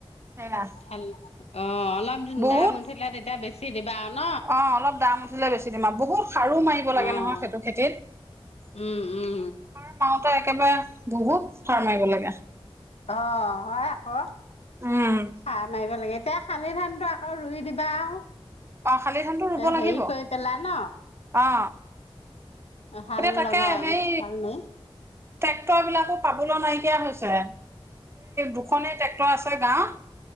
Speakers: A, on the right (about 25°); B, on the left (about 85°).
A: সেয়া
B: অ অ অলপ
A: বহুত
B: দাম উঠিলে তেতিয়া বেছি <inaudible> বও ন
A: অ অলপ দাম বেছি দিম আৰু সাৰো মাৰিব লাগে
B: অ',
A: নহয় সেইটো খেতিত সাৰ
B: উম, উম।
A: মাৰোতে একেবাৰে বহুত সাৰ মাৰিব লাগে
B: অ হয় আকৌ
A: উম
B: চাহ মাৰিব লাগে এয়া শালি ধানটো আকৌ ৰুই দিবা আৰু
A: অ শালি থানটো ৰুব লাগিব
B: হেৰি কৰি পেলাই ন?
A: অ
B: হাল
A: এতিয়া তাকে
B: লগা
A: সেই
B: হাল মাই
A: ট্ৰেক্টৰ বিলাকো পাবলৈ নাইকিয়া হৈছে দুখনেই ট্ৰেক্টৰ আছে গাঁৱত